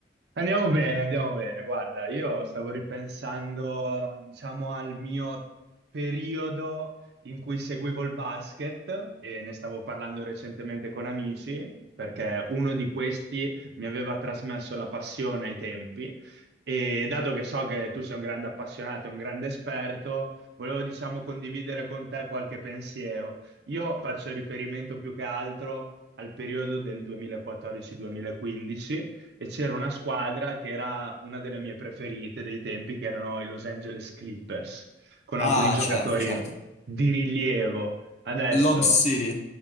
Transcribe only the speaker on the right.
Andiamo bene, andiamo bene. Guarda, io stavo ripensando, diciamo, al mio periodo in cui seguivo il basket e ne stavo parlando recentemente con amici, perché uno di questi mi aveva trasmesso la passione ai tempi e dato che so che tu sei un grande appassionato, un grande esperto, volevo, diciamo, condividere con te qualche pensiero. Io faccio riferimento più che altro al periodo del 2014-2015 e c'era una squadra che era una delle mie preferite dei tempi, che erano i Los Angeles Clippers, con
alcuni giocatori
di rilievo. Adesso